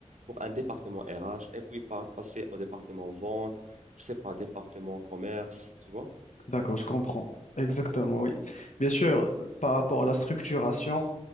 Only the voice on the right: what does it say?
pour un département RH et puis par- passer au département vente, je sais pas, département commerce, tu vois?